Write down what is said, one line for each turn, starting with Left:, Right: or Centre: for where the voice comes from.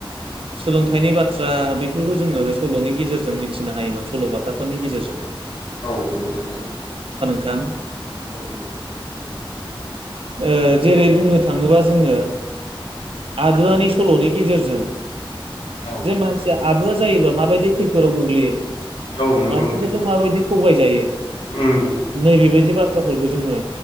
Right: सोलोंथाइनि बाथ्रा बेफोरखौ जोङो बे सल'नि गेजेरजों मिथिनो हायोमोन सल' बाथाफोरनि गेजेरजों।
Left: औ नंगौ नोंथां।
Right: थां।
Left: नोंगौ नोंगौ।
Right: ओ जेरै बुंनो थाङोबा जोङो आदुवानि सल' नि गेजेरजों
Left: औ
Right: जों मानसि आदुवा जायोबा माबायदि खैफोदाव गोग्लैयो।
Left: औ नंगौ
Right: मानसिफोरजों
Left: नोंथां
Right: माबायदि थगायजायो
Left: उम
Right: नैबेबायदि बाथ्रा बाथ्राफोरखौ जोङो